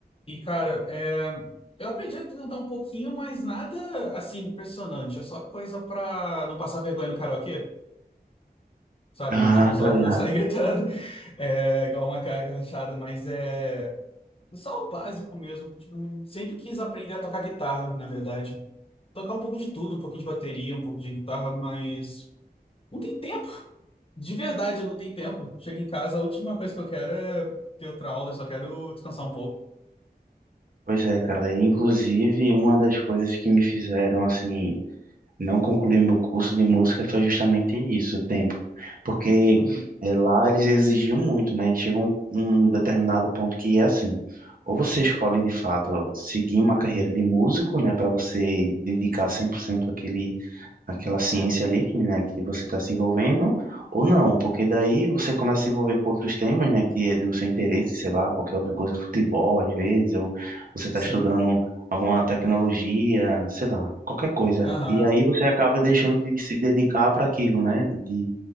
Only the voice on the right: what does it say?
Ah,
tá ligado.
Pois é, cara. e, Inclusive, uma das coisas que me fizeram assim não concluir meu curso de música foi justamente isso, o tempo. Porque
eh, lá eles exigiam muito, né? Chega um, um determinado ponto que é assim, ou você escolhe de fato seguir uma carreira de músico, né, para você dedicar 100% àquele aquela ciência ali que, né, que você está se envolvendo, ou não, porque daí você começa a se envolver com outros temas, né, que é do seu interesse, sei lá, qualquer outra coisa, futebol às vezes, ou você está
estudando alguma tecnologia, sei lá, qualquer coisa.
E aí você acaba deixando de se dedicar para aquilo, né, de,